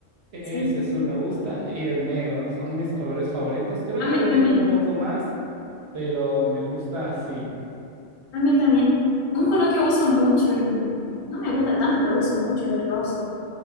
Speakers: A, on the right (about 65°); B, on the left (about 50°).
A: ese
B: Sí,
A: azul me gusta, y el negro, son mis colores favoritos. Creo
B: a mí
A: que el
B: también,
A: negro un poco más, pero me gusta así.
B: a mí también. Un color que uso mucho, en- no me gusta tanto, pero uso mucho el rosa.